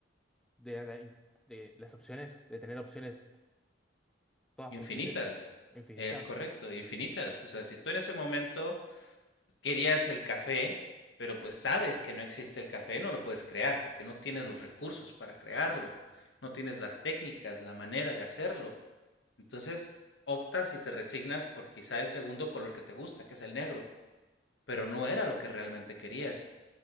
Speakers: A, in the centre; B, on the left.
A: de, la in- de las opciones, de tener opciones todas
B: Infinitas.
A: posibles, infinitas.
B: Es correcto, infinitas. O sea, si tú en ese momento querías el café, pero pues sabes que no existe el café, no lo puedes crear porque no tienes los recursos para crearlo, no tienes las técnicas, la manera de hacerlo. Entonces optas y te resignas por quizá el segundo color que te gusta, que es el negro, pero no era lo que realmente querías.